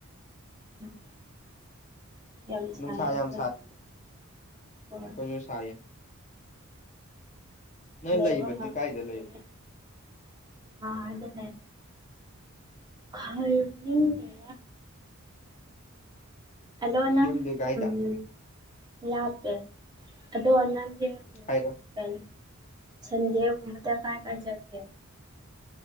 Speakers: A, on the right; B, on the left.
A: ꯎꯝ ꯌꯥꯝ ꯁꯥꯏ
B: ꯅꯨꯡꯁꯥ
A: ꯑꯩꯈꯣꯏ
B: ꯌꯥꯝ
A: ꯑꯗꯨ
B: ꯈꯣꯏꯁꯨ ꯁꯥꯏꯌꯦ ꯅꯣꯏ
A: ꯂꯩꯕ
B: ꯂꯩꯕꯗꯤ
A: ꯉꯝꯗꯦꯅꯦ
B: ꯀꯥꯏꯗ ꯂꯩꯔꯤꯅꯣ
A: ꯑꯥꯗꯅꯦ <unintelligible> ꯑꯗꯣ
B: ꯌꯨꯝꯗꯤ ꯀꯥꯏꯗ
A: ꯎꯝ ꯂꯥꯄꯦ <unintelligible>
B: ꯍꯥꯏꯔꯣ
A: ꯎꯝ ꯁꯟꯗꯦ ꯒꯨꯝꯕꯗꯥ ꯀꯥꯏ ꯀꯥꯏ ꯆꯠꯀꯦ